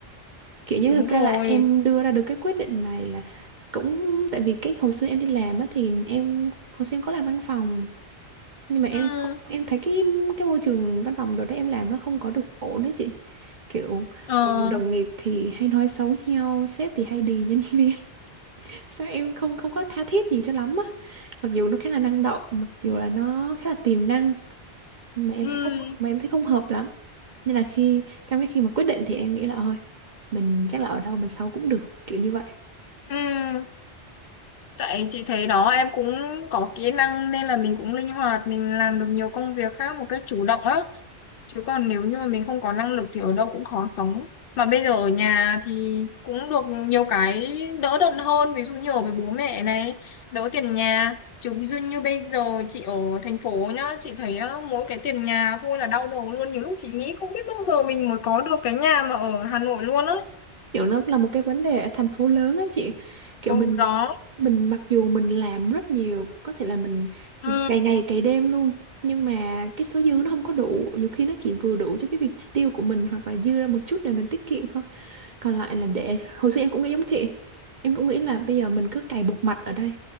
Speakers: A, on the right; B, on the left.
A: kiểu như
B: đúng
A: thực ra
B: rồi.
A: là em đưa ra được cái quyết định này là cũng tại vì cái hồi xưa em đi làm á thì em hồi xưa em có làm văn phòng nhưng mà em
B: Ừ,
A: không em thấy cái cái môi trường văn phòng đồ đấy em làm nó không có được ổn đấy chị kiểu
B: ờ,
A: đồng, đồng nghiệp thì hay nói xấu nhau sếp thì hay đì nhân viên <laughs> sao em không không có tha thiết gì cho lắm á mặc dù nó khá là năng động mặc dù là nó khá là tiềm năng nhưng mà em
B: ừ,
A: thấy không mà em thấy không hợp lắm nên là khi trong cái khi mà quyết định thì em nghĩ là thôi mình chắc là ở đâu mình xấu cũng được kiểu như vậy
B: ừ. Tại chị thấy đó em cũng có kỹ năng nên là mình cũng linh hoạt, mình làm được nhiều công việc khác một cách chủ động á. chứ còn nếu như mà mình không có năng lực thì ở đâu cũng khó sống mà bây giờ ở nhà thì cũng được nhiều cái đỡ đần hơn ví dụ như ở với bố mẹ này đỡ tiền nhà chứ như như bây giờ chị ở thành phố nhá chị thấy á, mỗi cái tiền nhà thôi là đau đầu luôn nhiều lúc chị nghĩ không biết bao giờ mình mới có được cái nhà mà ở Hà Nội luôn á
A: kiểu nó là một cái vấn đề ở thành phố lớn á chị kiểu
B: ừ
A: mình
B: đó
A: mình mặc dù mình làm rất nhiều có thể là mình
B: ừ
A: cày ngày cày đêm luôn nhưng mà cái số dư nó không có đủ nhiều khi nó chỉ vừa đủ cho cái việc chi tiêu của mình hoặc là dư ra một chút để mình tiết kiệm thôi còn lại là để hồi xưa em cũng nghĩ giống chị em cũng nghĩ là bây giờ mình cứ cày bục mặt ở đây